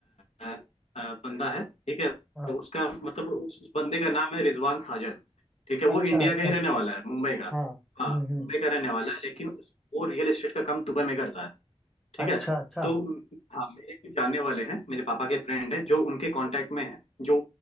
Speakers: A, on the left; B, in the centre.
A: अ, अ, बंदा है ठीक है
B: हाँ
A: उसका मतलब उस उस बंदे का नाम है रिजवान साजन ठीक है
B: अच्छा
A: वो इंडिया
B: अच्छा
A: का ही रहने वाला है मुंबई का
B: हाँ
A: हाँ
B: हम्म हम्म
A: मुंबई का रहने वाला है लेकिन उस, वो रियल एस्टेट का काम दुबई में करता है ठीक
B: अच्छा
A: है
B: अच्छा
A: तो हाँ मेरे कुछ जानने वाले हैं मेरे पापा के फ्रेंड हैं जो उनके कांटेक्ट में है जो